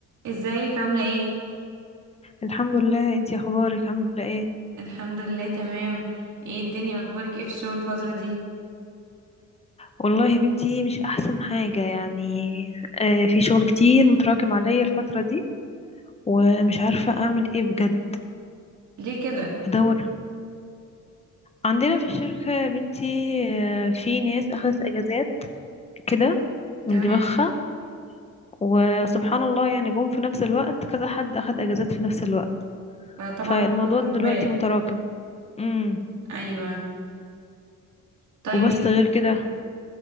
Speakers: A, on the right (about 70°); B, on the left (about 20°).
A: ازيك عاملة ايه؟
B: الحمد لله انتي اخبارك عامله ايه
A: الحمد لله تمام ايه الدنيا اخبارك ايه في الشغل الفترة دي؟
B: والله يا بنتي مش احسن حاجه يعني آه، في شغل كتير متراكم عليا الفتره دي ومش عارفه اعمل ايه بجد
A: ليه كده؟
B: بدور عندنا في الشركه يا بنتي آه، في ناس اخذت اجازات كده من
A: تمام
B: دماغها وسبحان الله يعني جم في نفس الوقت كذا حد اخذ اجازات في نفس الوقت
A: فطبعا
B: فالموضوع
A: حصل
B: دلوقتي
A: جروبات
B: متراكم امم
A: ايوه طيب
B: وبس
A: إيه؟
B: غير كده